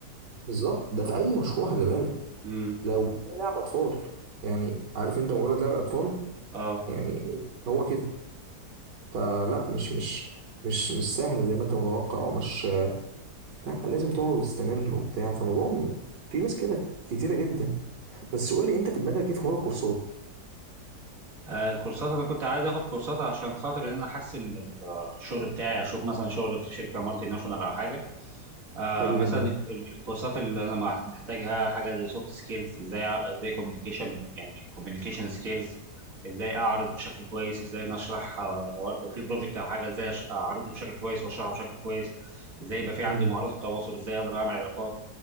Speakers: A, on the right; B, on the right.
A: بالظبط ده في اي مشروع خلي بالك
B: مم.
A: لو لعب اطفال يعني عارف انت مجرد لعب اطفال
B: اه
A: يعني هو كده فلا مش مش مش مش سهل زي ما انت متوقع ومش لا لازم تقعد وتستمر وبتاع فالموضوع م- في ناس كده كتيره جدا بس قول لي انت في دماغك ايه في حوار الكورسات
B: آه، الكورسات انا كنت عايز اخد كورسات عشان خاطر ان انا احسن من ال- آه، الشغل بتاعي اشوف مثلا شغل في شركة مالتي ناشونال او حاجة آه
A: حلو
B: مثلا
A: جدا
B: الكورسات اللي انا مع- محتاجها حاجه زي سوفت سكيلز ازاي أع- ازاي كوميونيكيشن يعني كوميونيكيشن سكيلز ازاي اعرض بشكل كويس ازاي نشرح آه لو لو في بروجكت او حاجه ازاي أش- اعرضه بشكل كويس واشرحه بشكل كويس ازاي يبقى في عندي
A: امم
B: مهارات التواصل ازاي اقدر اعمل علاقات